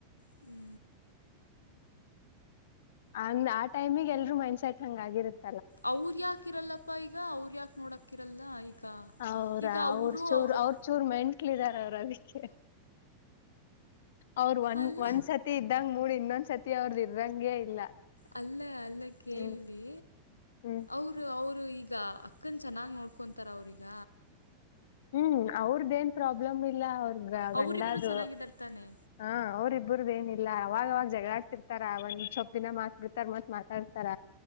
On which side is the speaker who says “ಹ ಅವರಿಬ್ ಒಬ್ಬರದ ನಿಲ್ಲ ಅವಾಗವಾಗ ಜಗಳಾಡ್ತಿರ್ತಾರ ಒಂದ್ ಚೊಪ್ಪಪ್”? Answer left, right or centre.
Left